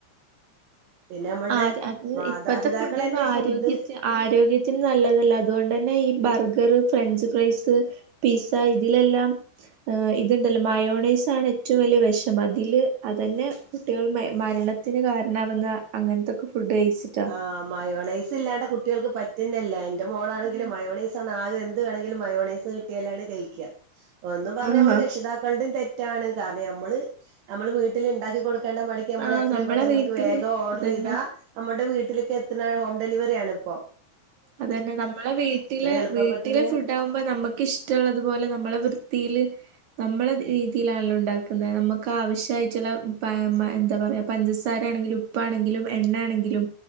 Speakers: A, on the right; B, on the right.
A: പിന്നെ നമ്മളുടെ
B: ആഹ് അത്
A: മാതാപിതാക്കൾ
B: ഇപ്പത്തെ ഫുഡ് ഒന്നും
A: തന്നെ
B: ആരോഗ്യ
A: ഫുഡ്
B: ആരോഗ്യത്തിന് നല്ലതല്ല. അതുകൊണ്ടന്നെ ഈ ബർഗർ ഫ്രഞ്ച് ഫ്രൈസ് പിസ്സ ഇതിലെല്ലാം ഏ ഇത്ണ്ടല്ലോ. മയോണൈസാണെറ്റും വല്യ വെഷം. അതില് അതന്നെ കുട്ടികൾ മരണത്തിന് കാരണാവുന്ന അങ്ങൻത്തെക്കെ ഫുഡ് കഴിച്ചി
A: ആഹ്. മയോണൈസ് ല്ലാണ്ട കുട്ടികൾക്ക് പറ്റുന്നല്ല. ഇന്റെ മോളാണെങ്കില്
B: ഉം
A: മയോണൈസ് സണാദ്യം എന്ത് വേണെങ്കിലും മയോണൈസ് കിട്ടിയാലാണ് കഴിക്കുക. ഒന്ന് പറഞ്ഞ
B: ആഹ്
A: നമ്മുടെ രക്ഷിതാക്കളുടെ തെ റ്റാണ്. കാരണഞമ്മള് ഞമ്മള് വീട്ടില്ണ്ടാക്കി കൊടുക്കേണ്ട മടി ത് നമ്മള്
B: ആ
A: എത്രയും
B: നമ്മളെ
A: പെട്ടെന്ന്
B: വീട്ടില്
A: നമുക്ക് വേഗം ഓർഡർ
B: അതന്നെ
A: ചെയ്താ നമ്മുൾടെ വീട്ടിൽക്കെത്ത്‌ണ ഹോം ഡെലിവറി ആണിപ്പോ.
B: അത് അതെ, നമ്മളെ വീട്ടിലെ
A: എളുപ്പപ്പെട്ടതിന്
B: വീട്ടിലെ ഫുഡാകുമ്പോ നമ്മക്കിഷ് റ്റ്ള്ളതുപോലെ നമ്മളെ വൃത്തിയില് നമ്മള രീതിയിലാണല്ലോണ്ടാക്കുന്നത്. നമുക്ക് ആവിശ്യയിട്ടുള്ള പാ മ എന്താ പറയാ പഞ്ചസാര ആണെങ്കിലും ഉപ്പാണെങ്കിലും എണ്ണേണെങ്കിലും